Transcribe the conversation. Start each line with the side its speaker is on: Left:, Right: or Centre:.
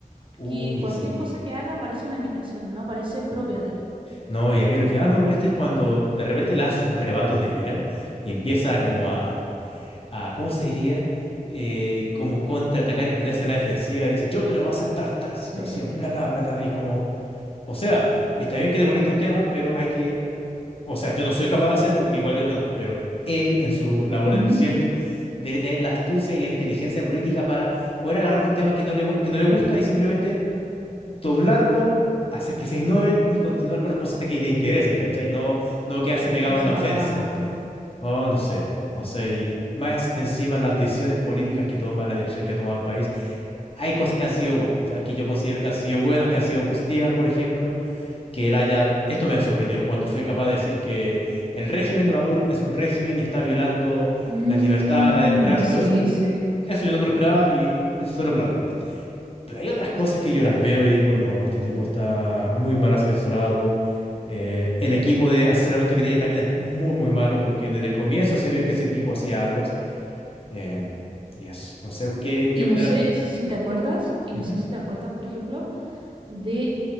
Left: Uy,
Right: que cualquier
Left: sí.
Right: cosa que haga parece una imitación, no parece propia de él.
Left: No, y a mí lo que más me molesta es cuando de repente lanza sus arrebatos de ira y empieza como a a, ¿cómo se diría? Eh, como contraatacar y ponerse a la defensiva y decir yo no le voy a aceptar tal situación,
Right: Sí.
Left: bla, bla, bla, bla. Y como, o sea, está bien que te moleste un tema, pero hay que, o sea, yo no soy capaz de hacerlo porque igual yo me enojo, pero él en su labor
Right: Ujú,
Left: de presidente debe tener la astucia y la inteligencia política para poder agarrar un tema que no le, mu- que no le gusta y simplemente doblarlo. hacer que se ignore y continuar con las cosas que te interesan, ¿cachai? No, no quedarse pegado
Right: Exacto.
Left: en la ofensa. Oh, no sé, no sé. Y más encima las decisiones políticas que toma, la dirección que ha tomado el país, hay cosas que han sido buenas, ya que yo considero que han sido buenas, que han sido positivas, por ejemplo, que él haya, esto me ha sorprendido, cuando fue capaz de decir que el régimen de Maduro es un régimen y está violando
Right: Mm,
Left: las libertades, la democracia
Right: sí,
Left: y todo eso,
Right: sí,
Left: eso yo no me lo esperaba y eso se lo aplaudo. Pero hay otras cosas
Right: exacto.
Left: que yo las veo y digo, no, este tipo está muy mal asesorado. Eh, el equipo de asesoramiento que tiene también es muy, muy malo porque desde el comienzo se vio que ese equipo hacía aguas. Em, y eso, no sé, ¿qué,
Right: Y
Left: qué opinarás
Right: no sé
Left: tú?
Right: si te acuerdas, y
Left: Ujú.
Right: no sé si te acuerdas, por ejemplo, de